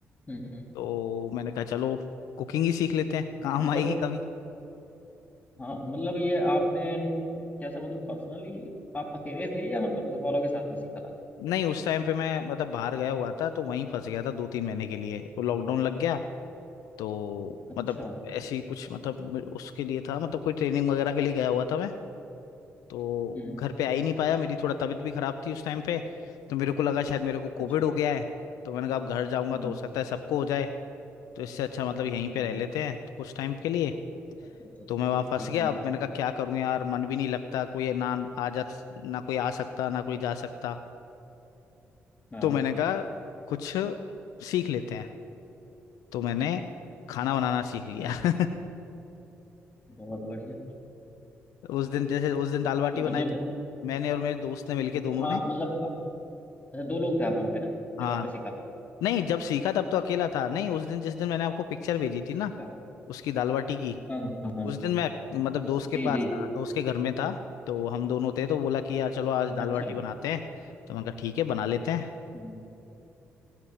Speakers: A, on the left (about 25°); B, on the left (about 85°).
A: हम्म, हम्म।
B: तो मैंने कहा चलो कुकिंग ही सीख लेते हैं काम
A: मतलब
B: आएगी कभी
A: हाँ मतलब ये आपने कैसा मतलब पर्सनली आप अकेले थे या मतलब घर वालों के साथ में सीखा था
B: नहीं उस टाइम पे मैं मतलब बाहर गया हुआ था तो वहीं फंस गया था दो तीन महीने के लिए वो लॉकडाउन लग गया तो
A: अच्छा
B: मतलब ऐसी कुछ मतलब मे- उसके लिए था मतलब कोई ट्रेनिंग वगैरह के लिए गया हुआ था मैं तो
A: हम्म
B: घर पे आ ही नहीं पाया मेरी थोड़ा तबीयत भी खराब थी उस टाइम पे तो मेरे को लगा शायद मेरे को
A: अच्छा
B: कोविड हो गया है तो मैंने कहा अब घर जाऊंगा
A: हम्म
B: तो हो सकता है सबको हो जाए तो इससे अच्छा मतलब यहीं
A: हाँ
B: पे रह
A: हाँ
B: लेते हैं तो कुछ टाइम के लिए
A: अच्छा अच्छा अच्छा
B: तो मैं वहां
A: ठीक
B: फंस गया
A: है
B: अब मैंने कहा क्या करूं यार मन भी नहीं लगता कोई ना आ जा ना कोई आ सकता ना कोई जा सकता
A: हाँ
B: तो मैंने कहा कुछ सीख लेते हैं तो मैंने खाना
A: अच्छा
B: बनाना सीख लिया <laughs>
A: बहुत बढ़िया
B: उस दिन जैसे उस दिन दाल बाटी
A: तो
B: बनाए
A: मतलब
B: थे ना मैंने और मेरे दोस्त ने मिलके
A: वहाँ
B: दोनों ने
A: मतलब अच्छा दो लोग थे आप वहाँ पे ना जब
B: हाँ
A: आपने सीखा
B: नहीं जब सीखा तब तो अकेला था नहीं उस दिन जिस दिन मैंने आपको पिक्चर भेजी
A: अच्छा
B: थी ना उसकी दाल बाटी की
A: हाँ हाँ हाँ हाँ।
B: उस दिन मैं मतलब दोस्त के
A: जी
B: पास
A: जी
B: था दोस्त के घर में था तो हम दोनों थे तो बोला कि यार चलो आज दाल
A: अच्छा
B: बाटी बनाते हैं तो मैंने कहा ठीक है बना लेते हैं
A: हम्म,